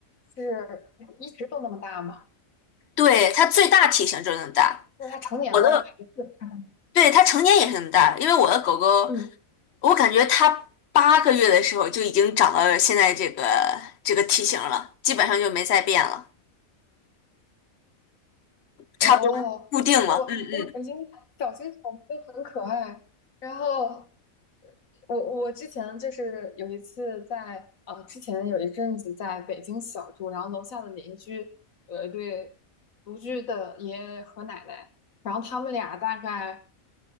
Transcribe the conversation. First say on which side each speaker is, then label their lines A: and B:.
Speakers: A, on the left; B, on the left.
A: 是一直都那么大吗？
B: 对，它最大体型就是那么大，
A: 就是它成年了还是它还
B: 我的，对，它成年也是那么大，因为我的狗狗，
A: 嗯，
B: 我感觉它八个月的时候就已经长到现在这个这个体型了，基本上就没再变了，
A: 哦，
B: 差不多固定了。
A: 我我感觉小型犬都很可爱。
B: 嗯嗯，天
A: 然后我我之前就是有一次在呃之前有一阵子在北京小住，然后楼下的邻居有一对独居的爷爷和奶奶，然后他们俩大概。